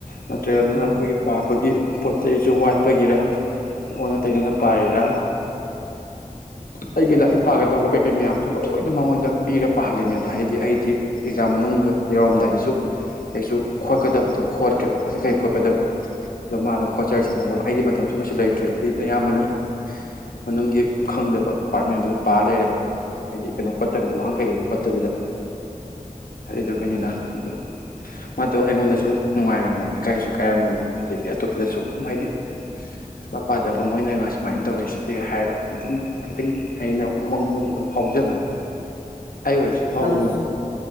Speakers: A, on the left; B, on the right.
A: ꯅꯠꯇ꯭ꯔꯒ
B: ꯎꯝ
A: ꯑꯗꯨꯅ ꯑꯩꯈꯣꯏꯒꯤ ꯄꯥꯕꯒꯤ ꯄꯣꯠ ꯆꯩꯁꯨ ꯋꯥꯠꯄꯒꯤꯔ ꯑꯣꯟꯅ ꯇꯩꯅꯅ ꯄꯥꯏꯔꯤꯔ ꯑꯩꯒꯤ ꯂꯥꯏꯔꯤꯛ ꯄꯥꯒꯗꯕ ꯀꯩꯀꯩ ꯃꯌꯥꯝꯁꯨ ꯂꯣꯏꯅ ꯃꯉꯣꯟꯗ ꯄꯤꯔ ꯄꯥꯍꯜꯂꯤꯅꯦꯕ ꯍꯥꯏꯗꯤ ꯑꯩꯗꯤ ꯑꯦꯛꯖꯥꯝ ꯃꯅꯨꯡꯗꯨ ꯌꯧꯔꯝꯗꯥꯏꯗꯁꯨ ꯀꯩꯁꯨ ꯈꯣꯠꯀꯗꯕꯗꯣ ꯈꯣꯠꯇ꯭ꯔꯦꯕ ꯀꯣꯏꯁꯟ ꯀꯩ ꯈꯣꯠꯀꯗꯕꯗꯣ ꯑꯗꯨ ꯃꯥ
B: ꯎꯝ
A: ꯑꯗꯨꯝ ꯈꯣꯆꯔꯁꯅꯣ ꯇꯧꯕ ꯑꯩꯗꯤ ꯃꯇꯝꯁꯨ ꯀꯩꯁꯨ ꯂꯩꯇ꯭ꯔꯦꯕ ꯑꯩꯩꯅ ꯑꯌꯥꯝꯕꯅ ꯃꯅꯨꯡꯒꯤ ꯈꯪꯗꯕ ꯄꯥꯔꯠ ꯃꯌꯥꯝꯗꯨ ꯄꯥꯔ ꯂꯩꯔꯕ ꯍꯥꯏꯗꯤ ꯀꯩꯅꯣ ꯈꯣꯠꯇꯕꯤꯗ
B: ꯎꯝ
A: ꯋꯥꯍꯪ ꯀꯩ ꯀꯩꯗꯣ ꯈꯣꯠ ꯐꯠꯇꯕꯤꯗ ꯍꯥꯏꯗꯤ ꯑꯗꯨꯒꯤꯅꯤꯗ ꯑꯗꯣ ꯃꯥꯗꯣ ꯑꯩꯉꯣꯟꯗꯁꯨ ꯅꯨꯡꯉꯥꯏꯔꯝꯃꯣꯏ ꯏꯀꯥꯏꯁꯨ ꯏ ꯀꯥꯏꯔꯝꯒꯅꯤ ꯑꯗꯒꯤ ꯑꯇꯣꯞꯄꯗꯁꯨ ꯍꯥꯏꯗꯤ ꯁꯨꯛꯄꯥ ꯄꯥꯗꯕ ꯃꯣꯏꯅꯒ ꯁꯨꯃꯥꯏꯅ ꯇꯧꯔꯤꯁꯤꯗꯤ ꯍꯥꯏꯔꯒ ꯑꯗꯨꯝ ꯈꯤꯇꯪ ꯑꯩꯅ ꯎꯃꯥꯡꯉꯗ ꯈꯤꯇꯪ ꯐꯥꯎꯖꯕꯗꯣ ꯑꯩ ꯑꯣꯏꯔꯁꯨ ꯐꯥꯎꯒꯅꯦꯕꯀꯣ
B: ꯅꯪ